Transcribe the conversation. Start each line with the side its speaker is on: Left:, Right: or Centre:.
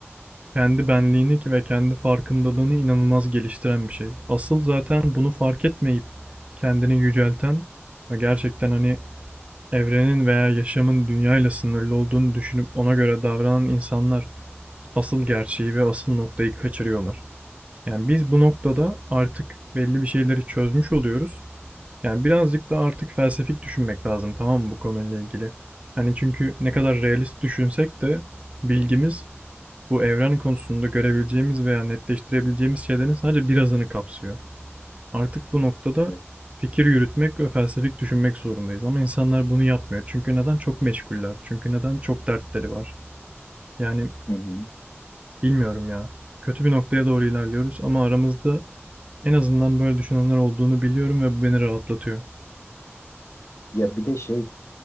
Right: kendi benliğini ve kendi farkındalığını inanılmaz geliştiren bir şey. Asıl zaten bunu fark etmeyip kendini yücelten ve gerçekten hani evrenin veya yaşamın dünyayla sınırlı olduğunu düşünüp ona göre davranan insanlar asıl gerçeği ve asıl noktayı kaçırıyorlar. Yani biz bu noktada artık belli bir şeyleri çözmüş oluyoruz. Yani birazcık da artık felsefik düşünmek lazım tamam mı bu konuyla ilgili? Hani çünkü ne kadar realist düşünsek de bilgimiz bu evren konusunda görebileceğimiz veya netleştirebileceğimiz şeylerin sadece birazını kapsıyor. Artık bu noktada
Left: Evet.
Right: fikir yürütmek ve felsefik düşünmek zorundayız. Ama insanlar bunu yapmıyor. Çünkü neden? Çok meşguller. Çünkü neden? Çok dertleri var. Yani
Left: Hı hı.
Right: Bilmiyorum ya. Kötü bir noktaya doğru ilerliyoruz ama aramızda en azından böyle düşünenler olduğunu biliyorum ve bu beni rahatlatıyor.
Left: Ya bir de şey